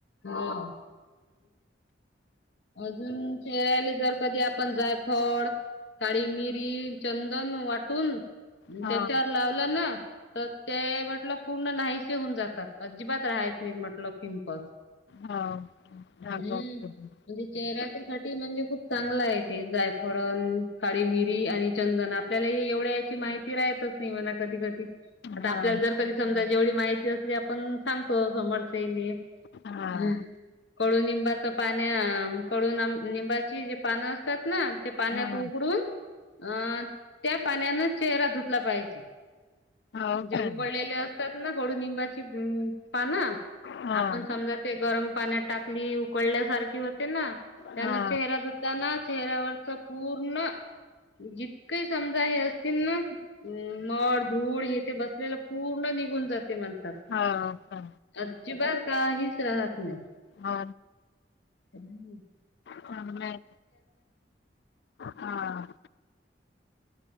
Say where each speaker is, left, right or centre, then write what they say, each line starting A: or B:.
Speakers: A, on the left; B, on the left.
A: हा हम. अजून चेहऱ्याला जर कधी आपण जाय फळ. काळी मिरी चंदन वाटून त्याच्यावर
B: हा हो
A: लावलं ना. तर ते म्हटलं पूर्ण नाहीसे होऊन जातात अजिबात राहात मी म्हटलं पिंपल्स.
B: हा हा
A: हम्म
B: प्रॉब्लेम.
A: म्हणजे चेहऱ्या साठी म्हणजे खूप चांगलं आहे ते जायफळण. काळी मिरी आणि चंदन आपल्याला हे एवढ्या याची माहिती राहतच नाही म्हणा कधी कधी. आता
B: हा
A: आपल्याला जर का चंदनाची जेवढी माहिती असली आपण सांगतो समोर. के बी म
B: हा
A: हं कडुनिंबाचा पाण्याम कडू नम. निंबाची जे पानं असतात ना ते पाण्यात
B: हा
A: उकडून. अ त्या पाण्यानं चेहरा धुतला पाहिजे म्हणजे
B: हो काय
A: उकडलेले अस. तग कडू निंबाची पान
B: हा
A: आपण समज. ते गरम पाण्यात टाकली उकळल्यासारखी होते ना त्याना
B: हा
A: चेहरा द''--'' त्यांना चेहऱ्यावरच पूर्ण जितके समजा हे असतील ना. हम मळ धूळ हे ते बसलेलं पूर्ण निघून जात. म्हणतात
B: हो का
A: अजिबात काहीच राहत नाही.
B: हा,
A: हम.
B: झालं का नाही हा.